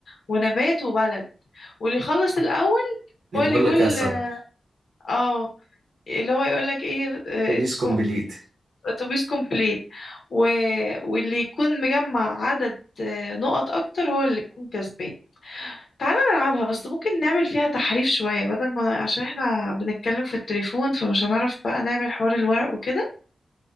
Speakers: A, on the left; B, on the right.
A: ونبات وبلد واللي يخلص الاول
B: يبقى
A: هو اللي
B: اقول
A: يقول
B: لك يا سب
A: اه اللي هو يقول لك ايه اتس
B: ريفيز كومبليت
A: اتوبيس كومبليت و... واللي يكون مجمع عدد آه، نقط اكتر هو اللي يكون كسبان تعالى نلعبها بس ممكن نعمل فيها تحريف شوية بدل ما عشان احنا بنتكلم في التليفون فمش هنعرف بقى نعمل حوار الورق وكده